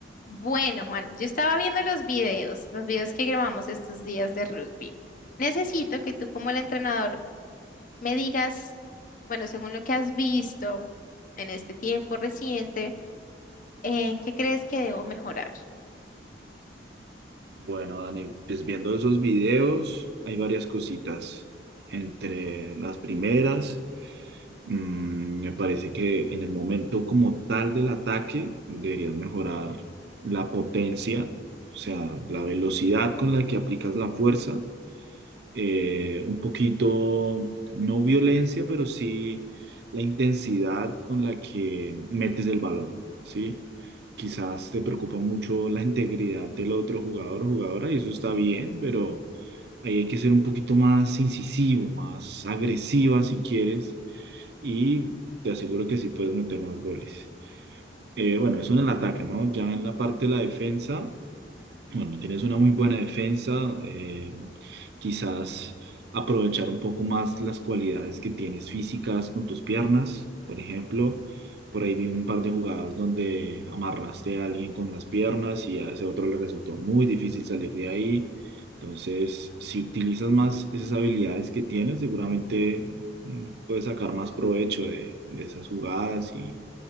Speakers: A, on the left; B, on the right.
A: Bueno, Juan, yo estaba viendo los videos, los videos que grabamos estos días de rugby. Necesito que tú como el entrenador me digas, bueno, según lo que has visto en este tiempo reciente, eh, ¿qué crees que debo mejorar?
B: Bueno, Dani, pues viendo esos videos hay varias cositas. Entre las primeras, mm, me parece que en el momento como tal del ataque deberías mejorar la potencia, o sea, la velocidad con la que aplicas la fuerza eh, un poquito, no violencia, pero sí la intensidad con la que metes el balón, ¿sí? Quizás te preocupa mucho la <laughs> integridad del otro jugador o jugadora y eso está bien, pero ahí hay que ser un poquito más incisivo, más agresiva si quieres y te aseguro que sí puedes meter más goles. Eh, bueno, eso en el ataque, ¿no? Ya en la parte de la defensa, bueno, tienes una muy buena defensa, eh, quizás aprovechar un poco más las cualidades que tienes físicas con tus piernas, por ejemplo. Por ahí vi un par de jugadas donde amarraste a alguien con las piernas y a ese otro le resultó muy difícil salir de ahí. Entonces, si utilizas más esas habilidades que tienes, seguramente mm, puedes sacar más provecho de, de esas jugadas y,